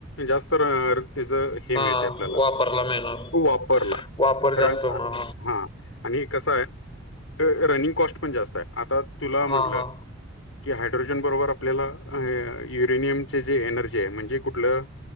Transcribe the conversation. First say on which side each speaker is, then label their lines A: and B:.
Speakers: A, on the left; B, on the left.
A: जास्त र तेज हे
B: हा
A: मिळते आपल्याला तो
B: वापरला मिळणार
A: वापरला
B: वापर जास्त
A: रन
B: होणार
A: अ हा आणि कसंय र रनिंग कॉस्ट पण जास्त हाय. आता तुला
B: हा
A: म्हटलं
B: हा
A: कि हायड्रोजन बरोबर आपल्याला अ युरेनियमचे जे एनर्जी हाय, म्हणजे कुठलं?